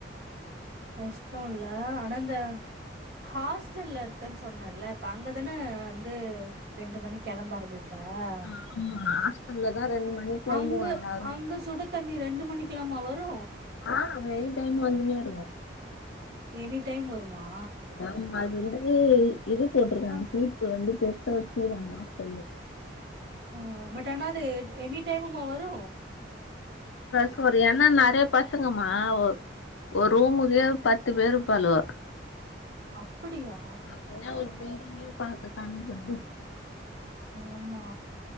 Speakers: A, on the right; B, on the left.
A: கஷ்டோ இல்ல ஆனா இந்த ஹாஸ்டல்ல இருக்கென்னு சொன்னேல இப்ப அங்கதான வந்து ரெண்டு மணிக் கெளம்ப ஆரம்பிப் ம்
B: ஆமா ஹாஸ்டல்ல தா ரெண்டு மணிக்கு கெளம்புவோ
A: அங்க
B: எல்லாரு
A: அங்க சுடு தண்ணி ரெண்டு மணிக்கெலாமா வரு
B: ஆ மெய்ன் டைம்ல வந்துன்னே இருக்கு
A: எனி டைம் வருமா
B: ஆமா அது வந்து இ இ இ இ இது போட்டு இருக்குறாங்க
A: அ
B: ஹீட்டரு வந்து பெருசா வெச்சுறாங்க சொல்லு
A: ம் பட் ஆனா அது எனி டைமுமா வரு
B: ச எனா நறையா பசங்கமா ஒ ஒரு ரூமுகே பத்து பேரு இருப்பாலுவோ
A: அப்புடியா
B: அப்பிடின்னா ஒரு பில்டிங்கே பாத்து கணக் பண்ணிக்கோ
A: ஆமா